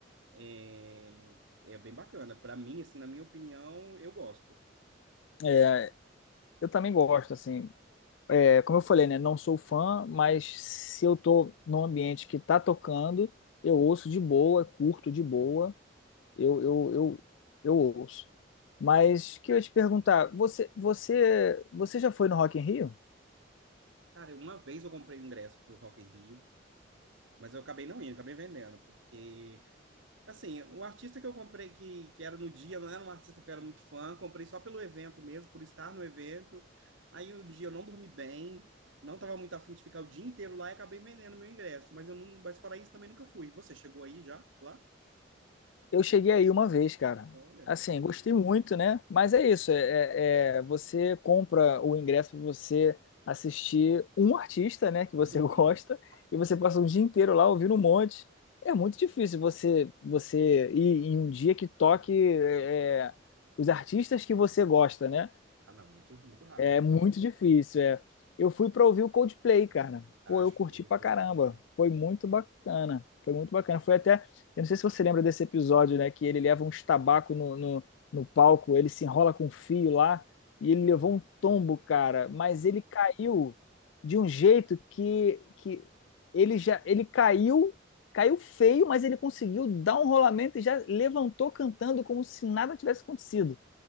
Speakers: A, on the right; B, on the left.
A: É, é bem bacana. Para mim, assim, na minha opinião, eu gosto.
B: É, eu também gosto, assim. É, como eu falei, né? Não sou fã, mas se eu tô num ambiente que tá tocando, eu ouço de boa, curto de boa, eu, eu, eu, eu ouço. Mas que eu ia te perguntar, você, você, você já foi no Rock in Rio?
A: Cara, uma vez eu comprei o ingresso pro Rock in Rio, Mas eu acabei não indo, acabei vendendo, porque, assim, o artista que eu comprei, que, que era no dia, não era um artista que eu era muito fã, comprei só pelo evento mesmo, por estar no evento. Aí o dia eu não dormi bem, não estava muito afim de ficar o dia inteiro lá e acabei vendendo meu ingresso. Mas eu não, mas fora isso também nunca fui. Você chegou aí já, lá?
B: Eu cheguei aí uma vez, cara.
A: Olha.
B: Assim, gostei muito, né? Mas é isso, é, é- é, você compra o ingresso para você assistir um artista, né, que você
A: <laughs>
B: <laughs> gosta, e você passa o dia inteiro lá ouvindo um monte. É muito difícil você você ir em um dia que toque é, é, os artistas que você gosta, né?
A: Ah, não, muito, muito raro.
B: É muito difícil, é. Eu fui pra ouvir o Coldplay, cara.
A: Acho,
B: Pô, eu curti pra
A: hoje
B: caramba.
A: não.
B: Foi muito bacana. Foi muito bacana. Foi até, eu não sei se você lembra desse episódio, né, que ele leva uns tabaco no, no, no palco, ele se enrola com um fio lá e
A: Não
B: ele
A: fui,
B: levou
A: não.
B: um tombo, cara. Mas ele caiu de um jeito que, que ele já, ele caiu, caiu feio, mas ele conseguiu dar um rolamento e já levantou cantando como se nada tivesse acontecido.